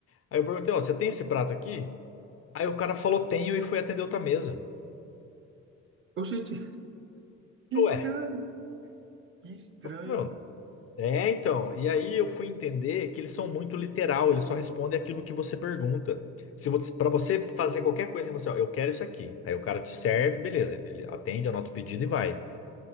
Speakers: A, on the left; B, on the right.
A: Aí eu perguntei, ó, você tem esse prato aqui? Aí o cara falou tenho e foi atender outra mesa.
B: Oxente, que estranho,
A: Ué,
B: que estranho.
A: eu falei, meu. É, então. E aí eu fui entender que eles são muito literal, eles só respondem aquilo que você pergunta. Se você, para você fazer qualquer coisa, você, ó, eu quero isso aqui. Aí o cara te serve, beleza, ele atende, anota o pedido e vai.